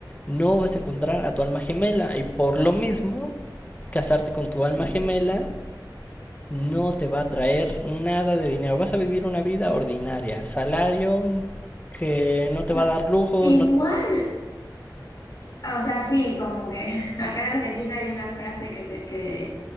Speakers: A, on the left (about 20°); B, on the left (about 50°).
A: no vas a encontrar a tu alma gemela. Y por lo mismo, casarte con tu alma gemela no te va a traer nada de dinero. Vas a vivir una vida ordinaria. Salario que no te
B: Ah,
A: va a dar lujos.
B: Igual.
A: no-
B: ah, O sea, sí, como que <laughs> acá en Argentina hay una frase que, se, que,